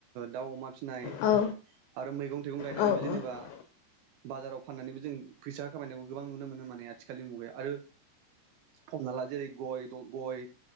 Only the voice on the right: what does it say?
दाउ अमा फिनाय फिनाय
आरो मैगं थाइगं गायनानैबो
जेनेबा
बाजाराव फाननानैबो जों फैसा खामायनायखौ गोबां नुनो मोनो। माने आथिखालनि मुगायाव आरो हमना ला जेरै गय द गय